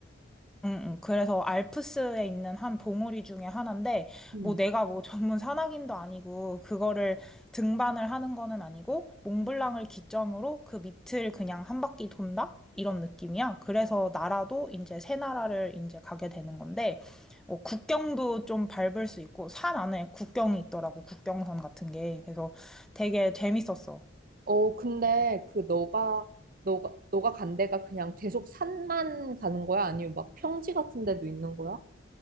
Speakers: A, in the centre; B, on the right.
A: 응, 응. 그래서 알프스에 있는 한 봉우리 중에 하나인데,
B: 응.
A: 뭐 내가 뭐 전문 산악인도 아니고, 그거를 등반을 하는 거는 아니고, 몽블랑을 기점으로 그 밑을 그냥 한 바퀴 돈다? 이런 느낌이야. 그래서 나라도 이제 세 나라를 이제 가게 되는 건데, 어, 국경도 좀 밟을 수 있고, 산 안에 국경이 있더라고, 국경선 같은 게. 그래서 되게 재밌었어.
B: 어, 근데 그 너가, 너가, 너가 간 데가 그냥 계속 산만 가는 거야? 아니면 막 평지 같은 데도 있는 거야?